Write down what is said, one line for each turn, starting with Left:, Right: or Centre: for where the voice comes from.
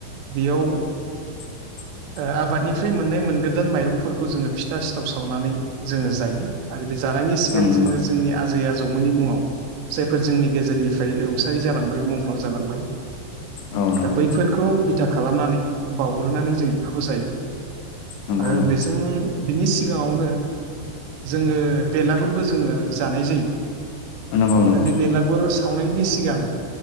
Right: बेयाव।
Left: <inaudible>
Right: ओ आबादनिफ्राय मोननाय मोनगोदान माइरंफोरखौ जोङो फिथा सिथाव सावनानै जोङो जायो आरो बे जानायनि सिगां
Left: ओं नंगौ
Right: जोङो जोंनि आजै आजौ मोननि मुङाव जायफोर जोंनि गेजेरनिफ्राय रुंसारि जालांबाय मुंख्लं जालांबाय
Left: औ नंगौ
Right: दा बैफोरखौ बिथा खालामनानै बावउग्रोनानै जों बेखौ जायो।
Left: नंगौ
Right: आरो
Left: नंगौ
Right: बेजों बिनि सिगाङावनो जोङो बेलागुरबो जोङो जानाय जायो।
Left: नंगौ नंगौ
Right: दा बे बेलागुर सावनायनि सिगां